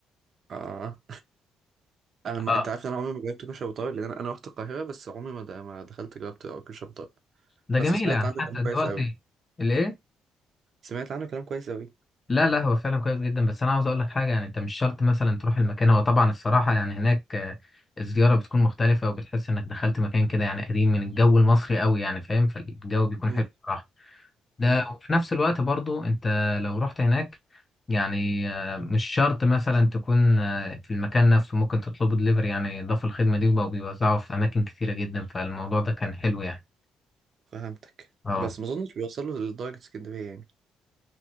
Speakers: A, on the right (about 55°); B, on the left (about 25°).
A: اه انا ما...
B: اه
A: انت عارف ان انا عمري ما جربت كشري ابو طارق لان انا انا رحت القاهره بس عمري ما د... ما دخلت جربت كشري ابو طارق
B: ده
A: بس
B: جميل
A: سمعت
B: يعني
A: عنه
B: حتى
A: كلام كويس
B: دلوقتي
A: قوي
B: الايه
A: سمعت عنه كلام كويس قوي
B: لا لا هو فعلا كويس جدا بس انا عاوز اقول لك حاجه يعني انت مش شرط مثلا تروح المكان هو طبعا الصراحه يعني هناك آه، الزياره بتكون مختلفه وبتحس انك دخلت مكان كده يعني قديم من الجو المصري قوي يعني فاهم فالجو بيكون
A: امم
B: حلو الصراحه ده
A: امم
B: وفي نفس الوقت برضو انت لو رحت هناك يعني آه، مش شرط مثلا تكون آه، في المكان نفسه ممكن تطلبه دليفري يعني ضافوا الخدمه دي وبقوا بيوزعوا في اماكن كثيره جدا فالموضوع ده كان حلو يعني
A: فهمتك
B: اه
A: بس ما اظنش بيوصل له لدرجه اسكندريه يعني